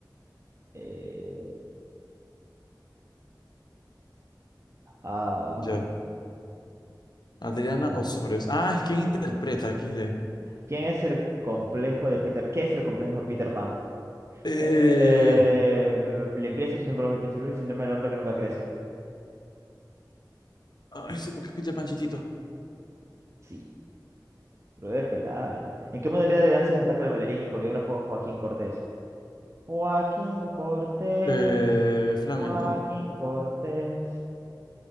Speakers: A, on the right; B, on the left.
A: Eh, ah,
B: Ya. Adriana
A: ah.
B: Osores. Ah, es quien interpreta XD.
A: ¿Quién es el complejo de Peter? ¿Qué es el complejo de Peter Pan?
B: Eh,
A: Eh, b- b- limpieza, obsesión por objeto inservible, síndrome del hombre que nunca crece.
B: ay, sí, porque es Peter Panchitito.
A: Sí, brother, pelada. ¿En qué modalidad de danza destaca el bailarín y coreógrafo Joaquín Cortés? Joaquín Cortés,
B: Eh, flamenco.
A: Joaquín Cortés,